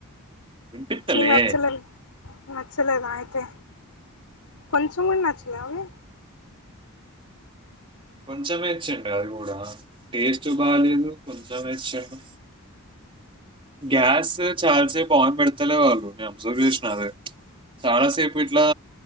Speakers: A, on the right; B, on the left.
A: వినిపిస్తలే
B: నీకు నచ్చలేదు నచ్చలేదా అయితే కొంచెం కూడా నచ్చలే అవే
A: కొంచమే చెప్పాడు కూడా టేస్ట్ బాలేదు కొంచమే చెప్పాడు డోర్ సౌండ్ గ్యాస్ చాలా సేపు ఆన్లో పెడతలేరు వాళ్ళును అబ్జర్వ్ చేసిన చాలాసేపు ఇట్లా